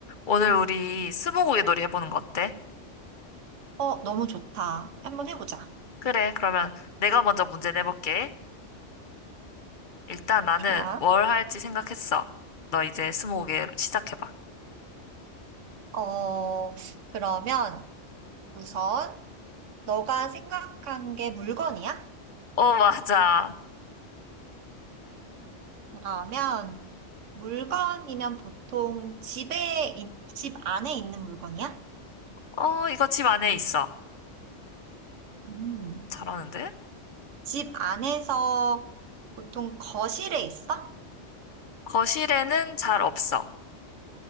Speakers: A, on the left; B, on the right.
A: 오늘 우리 스무고개 놀이 해보는 거 어때?
B: 어, 너무 좋다. 한 번 해보자.
A: 그래, 그러면 내가 먼저 문제 내볼게. 일단 나는
B: 좋아.
A: 뭘 할지 생각했어. 너 이제 스무고개 시작해봐.
B: 어, 그러면 우선 너가 생각한 게 물건이야?
A: 어, 맞아.
B: 그러면 물건이면 보통 집에, 인- 집 안에 있는 물건이야?
A: 어, 이거 집 안에 있어.
B: 음.
A: 잘하는데?
B: 집 안에서 보통 거실에 있어?
A: 거실에는 잘 없어.